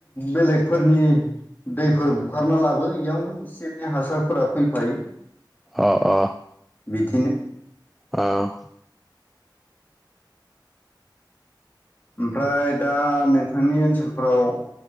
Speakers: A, on the left; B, in the centre.
A: बेलेगफोरनि दैफोर बुखारना लाबो इयावनो एसे एनै हासारफोरा फैफायो
B: अ अ
A: बिदिनो
B: औ
A: ओमफ्राय दा नोंथांनि ओनसोलफोराव